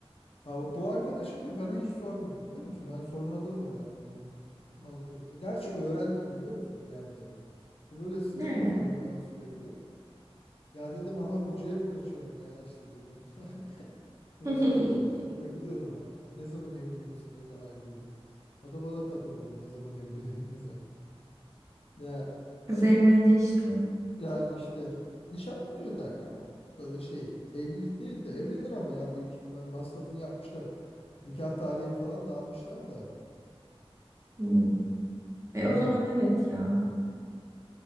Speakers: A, on the left; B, on the right.
A: Ha, bu bu arkadaşım da bana hiç sormadı biliyor musun? Ben sonradan öğrendim onun manitası. Gerçi öğrendim biliyor musun bir yerde. Bu böyle snap
B: Nerede?
A: atıyordu bana sürekli. Ya dedim aha kocaya mı kaçıyorsun ya işte dedim. <laughs> Böyle
B: <laughs>
A: sürekli <laughs> takılıyordu bana. Ne zaman evleniyorsun? Ne zaman evleniyorsun? O da bana takılıyordu. Ne zaman evleniyorsun? <laughs> Ne zaman? Ya kız
B: Kız evlendi işte.
A: yani işte nişanlanıyor da ya. Böyle şey evlilik değil de evlenir ama ya büyük ihtimal masrafını yapmışlar. Nikah tarihini falan da almışlar da.
B: Hmm. E
A: Ya
B: o zaman evet ya.